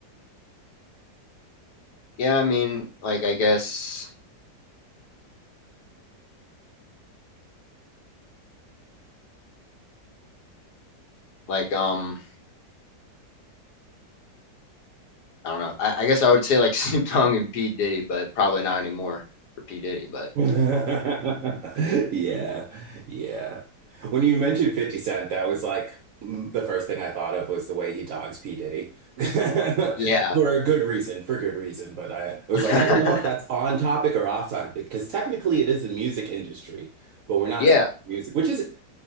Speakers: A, on the left; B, on the right.
A: yeah, I mean, like I guess like um I don't know. I, I guess I would say like <laughs> Snoop Dogg and P. Diddy, but probably not anymore for P. Diddy. But
B: <laughs> Yeah, yeah. When you mentioned 50 Cent, that was like mm, the first thing I thought of was the way he dogs P. Diddy. <laughs>
A: yeah,
B: For a good reason, for good reason. But I I was
A: <laughs>
B: like, I don't know if that's on topic or off topic because technically it is the music industry, but we're not
A: yeah,
B: talking music, which is,